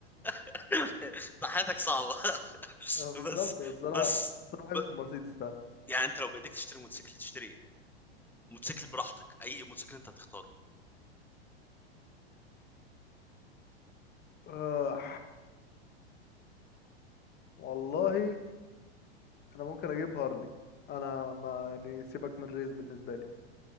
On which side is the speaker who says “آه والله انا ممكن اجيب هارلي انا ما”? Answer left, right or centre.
Left